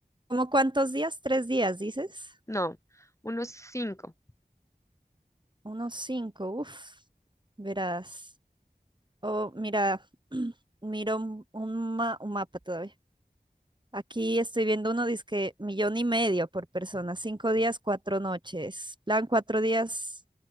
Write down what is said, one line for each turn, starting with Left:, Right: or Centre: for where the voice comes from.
Right: como cuántos días? Tres días, dices.
Left: No, unos cinco.
Right: Unos cinco, uff. Verás. Oh, mira, <clears throat> miro un, un ma- un mapa todavía. Aquí estoy viendo uno, dice millón y medio por persona, cinco días, cuatro noches. Plan cuatro días,